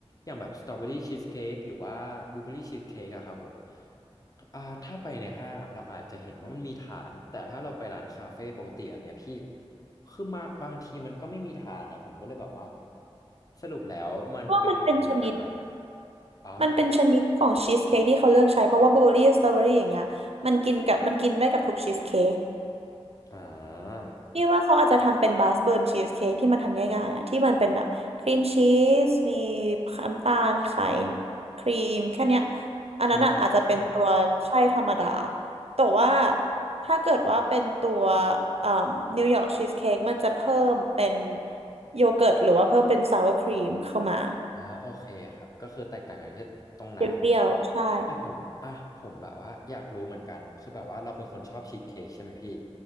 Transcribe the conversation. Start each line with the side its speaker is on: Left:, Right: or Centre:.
Left: อย่างแบบสตรอเบอรี่ชีสเค้กหรือว่าบลูเบอรี่ชีสเค้กอะครับผมอ่าถ้าไปในห้างอะเราอาจจะเห็นว่ามันมีฐานแต่ถ้าเราไปร้านคาเฟ่ปกติอันเนี้ยพี่ คือมาบางทีมันก็ไม่มีฐานนะผมก็เลยแบบว่าสรุปแล้วมันเป็นอันเดียวกันไหม
Right: เพราะว่ามันเป็นชนิด
Left: อ๋อ
Right: มันเป็นชนิดของชีสเค้กที่เขาเลือกใช้เพราะว่าบลูเบอร์รี่สตรอเบอรี่อย่างเงี้ยมันกินกับมันกินได้กับทุกชีสเค้ก
Left: อ่า
Right: นี่ว่าเขาอาจจะทำเป็นบาสเบิร์นชีสเค้กที่มันทำง่ายๆอ่ะที่มันเป็นแบบครีมชีสมีน้ำตาลไข่ครีมแค่เนี้ยอันนั้นอ่ะอาจจะเป็นตัวใช่ธรรมดา
Left: อืม
Right: แต่ว่าถ้าเกิดว่าเป็นตัวเอ่อนิวยอร์กชีสเค้กมันจะเพิ่มเป็นโยเกิร์ตหรือว่าเพิ่มเป็นซาวร์ครีมเข้ามา
Left: อ่าโอเคครับก็คือแตกต่างกันที่ตรงนั้น
Right: เปรี้ยวๆใช่
Left: แต่ผมอ่ะผมแบบว่าอยากรู้เหมือนกันคือแบบว่าเราเป็นคนชอบชีสเค้กใช่ไหมพี่